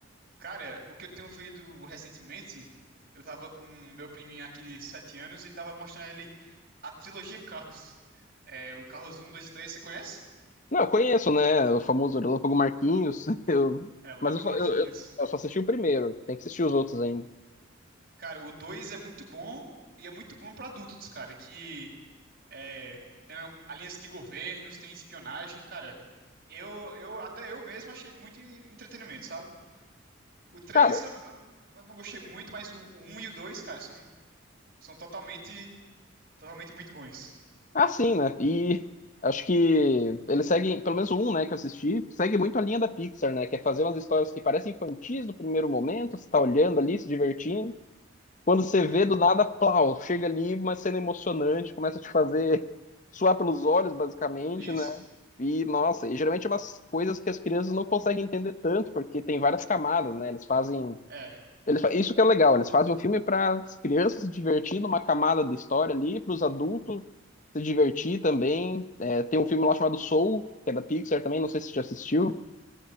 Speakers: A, on the right; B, on the left.
A: cara, o que eu tenho feito recentemente, eu tava com meu priminho aqui de 7 anos e tava mostrando a ele a trilogia Carros. É, o Carros um 2 e 3 você conhece?
B: Não, eu conheço, né? O famoso Relâmpago Marquinhos. <laughs> Eu...
A: Relâmpago
B: Mas eu só,
A: Marquinhos.
B: eu, eu- eu só assisti o primeiro. Tem que assistir os outros ainda.
A: Cara, o 2 é muito bom e é muito bom pra adultos, cara, que é, tem aliança de governos, tem espionagem, cara. Eu, eu até eu mesmo achei muito entretenimento, sabe? O três
B: Cara,
A: eu, não- eu, eu não gostei muito, mas o, o 1 e o 2 cara, são, são totalmente, totalmente muito bons.
B: é assim, né? E acho que eles seguem, pelo menos um, né, que eu assisti, segue muito a linha da Pixar, né? Que é fazer umas histórias que parecem infantis no primeiro momento, você tá olhando ali, se divertindo. Quando você
A: Uhum,
B: vê do nada, plau, chega ali, uma cena emocionante, começa a te fazer suar pelos olhos, basicamente,
A: isso.
B: né? E, nossa, e geralmente é umas coisas que as crianças não conseguem entender tanto, porque tem várias camadas, né? Eles fazem.
A: É,
B: Eles, fa- isso que é legal, eles fazem um filme para as crianças se divertir numa camada de história ali, para os adultos se divertir também. É, tem um filme lá chamado Soul, que é da Pixar também, não sei se você já assistiu.